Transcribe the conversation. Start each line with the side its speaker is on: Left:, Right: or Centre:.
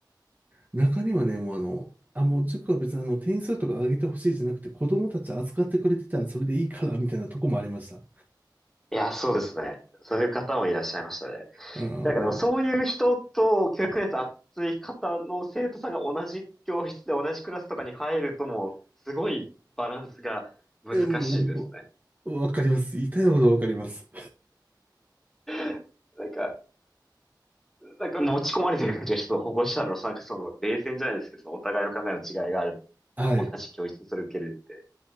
Right: 中にはね、もうあの、あ、もう塾は別にあの点数とか上げてほしいじゃなくて、子供たち扱ってくれてたらそれでいいから、みたいなとこもありました。
Centre: いや、そうですね。そういう方もいらっしゃいましたね。
Right: ああ、
Centre: なんかでもそういう人と教育熱熱い方の生徒さんが同じ教室で同じクラスとかに入るともう、
Right: も
Centre: すごいバランスが難しいですね。
Right: う、え、もう、わかります。痛いほどわかります。
Centre: <laughs> なんか、なんか持ち込まれてる感じがして、その保護者のなんかその冷戦じゃないですけど、そのお互いの考えの違いがある
Right: はい。
Centre: のに。同じ教室にそれ受けるって。